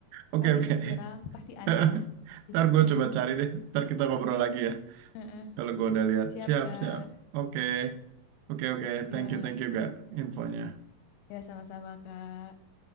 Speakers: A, on the right; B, on the left.
A: Oke
B: kan
A: oke.
B: itu viral, pasti ada
A: <laughs>
B: lah jejaknya.
A: Ntar gue coba cari deh. Ntar kita ngobrol lagi ya.
B: Heeh.
A: Kalau gue udah lihat,
B: Siap,
A: siap,
B: Kak.
A: siap. Oke, oke, oke.
B: Ya,
A: Thank you, thank you, gak infonya.
B: ya sama-sama, Kak.